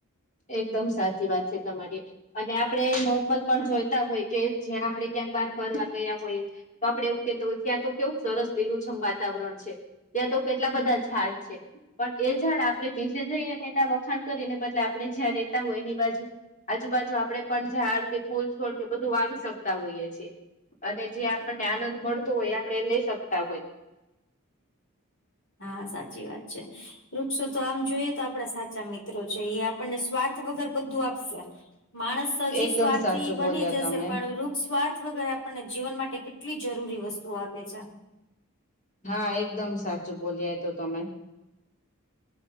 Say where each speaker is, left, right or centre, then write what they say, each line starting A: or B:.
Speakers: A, on the left; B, on the left.
A: એકદમ સાચી વાત છે તમારી. અને આપણે નોર્મલ પણ જોઈતા હોય કે જ્યાં આપડણે ક્યાંક બાર ફરવા ગયા હોય તો આપડે એવું કેતા હોય ત્યાં તો કેવું સરસ લીલુંછમ વાતાવરણ છે. ત્યાં તો કેટલા બધા ઝાડ છે પણ એ ઝાડ આપે બીજે જઈને એના વખાણ કરીને બદલે આપ આપણે જ્યાં રહેતા હોય એની બાજુ આજુબાજુ આપણે પણ ઝાડ કે ફૂલ છોડ કે બધું વાવી શકતા હોઈએ છીએ. અને જે આપણને આનંદ મળતો હોય આપણે લઈ સકતા હોય.
B: હા સાચી વાત છે. વૃક્ષો તો આમ જોઈએ તો આપડા સાચા મિત્રો છે, એ આપણને સ્વાર્થ વગર બધું આપ માણસ
A: હોય
B: હજી
A: એકદમ
B: સ્વાર્થી
A: સાચું
B: બની
A: બોલ્યા
B: જશે,
A: તમે
B: પણ વૃક્ષ સ્વાર્થ વગર આપ આપને જીવન માટે કેટલી જરૂરી વસ્તુઓ આપે છે.
A: હા એકદમ સાચું બોલીયા એતો તમે.